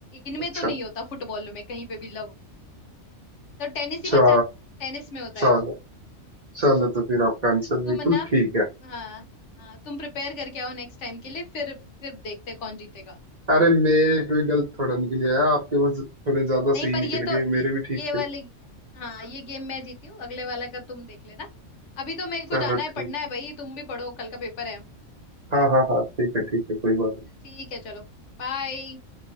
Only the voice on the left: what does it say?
इनमें
तो नहीं होता फुटबॉल में कहीं पे भी लव तो टेनिस
ही बचा टेनिस में होता
है
तुम
है ना
हाँ हाँ तुम प्रिपेयर करके आओ नेक्स्ट टाइम के लिए फिर फिर देखते हैं कौन जीतेगा
नहीं
पर
ये तो
ये
ये वाले
हाँ ये गेम मैं जीती हूँ अगले वाला का तुम देख लेना अभी तो मेरे को
जाना है
पढ़ना है भाई तुम भी पढ़ो कल का पेपर है
ठीक है चलो बाय